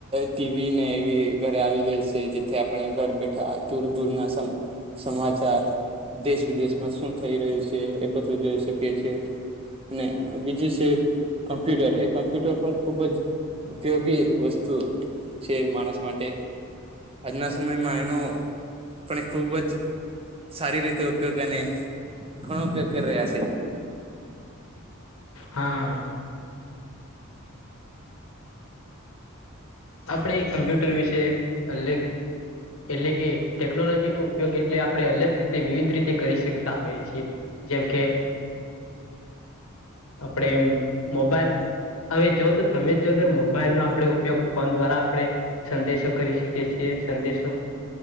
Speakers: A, on the right; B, on the left.
A: ટીવી ને એવી ઘરે આવી ગઈ છે, જેથી આપણે ઘર બેઠા દૂર દૂર ના સમાચાર દેશ વિદેશમા શું થઈ રહ્યુ છે એ બધું જોઈ શકીએ છે. ને બીજું છે, કોમ્પ્યુટર એ કોમ્પ્યુટર પણ ખુબ જ ઉપયોગી વસ્તુ છે, માણસ માટે આજના સમયમાં એનો આપ ખુબજ સારી રીતે ઉપયોગ અને ઘણો ઉપયોગ કરી રહ્યા છે.
B: હા હા આપણે કમ્પ્યુટર વિશે અગ એટલે કે ટેકનોલોજી નો ઉપયોગ એટલે આપણે અલગ રીતે વિવિધ રીતે કરી શકતા હોયએ છીએ. જેમ કે આપડે એમ મોબાઈલ હવે જો તો તમે જો તો મોબાઈલ નો આપડ ઉપયોગ ફોન દ્વારા આપડે સંદેશો કરી શકીએ છીએ સંદેશો.